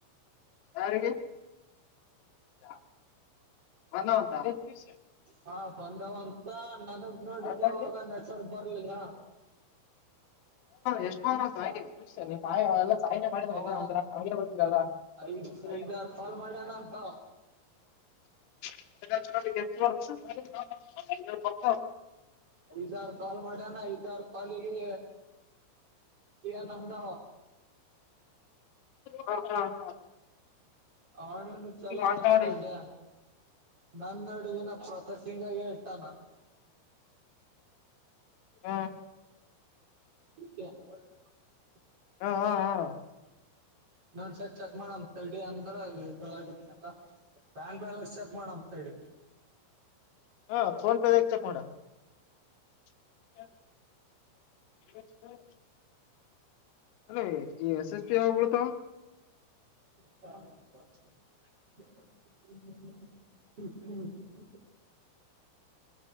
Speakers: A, on the left; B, on the right.
A: ಯಾರಿಗೆ <unintelligible>
B: ಹಾ ಬಂದವ ಅಂತ ನನಗೆ ನೋಡಿಗೆ
A: ಯಾರ್ ನೋಡಿದೆ
B: ಅವಾಗ ನೆಟ್ವರ್ಕ್ ಬರ್ಲಿಲ್ಲ
A: ಎಷ್ಟು ಹಾಗೆಯ ಎಲ್ಲ ಸಾಯೀನೇ ಮಾಡಿದ
B: ಅವ
A: ಎಲ್ಲ ನಂದ್ರ ನಾವ್ಗೆ ಗೊತ್ತರಲ್ಲಾಯ
B: ಐದ್ ಐದಾರು ಕಾಲ್ ಮಾಡ್ಯನ ಅಂತ
A: <unintelligible>
B: ಐದಾರ ಕಾಲ್ ಮಾಡ್ಯಾನ ಐದಾರ ಕಾಲ್ಲಿಗೆ ಏನ್ ನಮ್ದ್
A: ಹ ಹಾ ಹಾ
B: ಆ ಅಣ್ಣ ಚಲೋ
A: ಈಗ ಮಾತಾಡಿ
B: ಅನ್ಕೊಂಡೆ ನನ್ನ ಆಡಿಗೇನೇ ಹೇಳ್ತಾನ
A: ಹಾ
B: <unintelligible>
A: ಹಾ ಹಾ ಹ
B: ನಾನ್ ಒಂದು ಸರಿ ಚೆಕ್ ಮಾಡಾನ್ ತಡಿ ಅಂದ್ರ ಅಲ್ಲಿ ಆಗಿದನಲ್ಲ ಬ್ಯಾಂಕ್ ಬ್ಯಾಲೆನ್ಸ್ ಚೆಕ್ ಮಾಡನಾ ತಡಿ
A: ಹಾ ಫೋನ್ ಪೇ ಆತೆ ಚೆಕ್ ಮಾಡು <inaudible> ಅ ಈ ಎಸ್ ಎಸ್ ಪಿ ಯಾವಾಗ ಬಿಳ್ತಾವ
B: <unintelligible>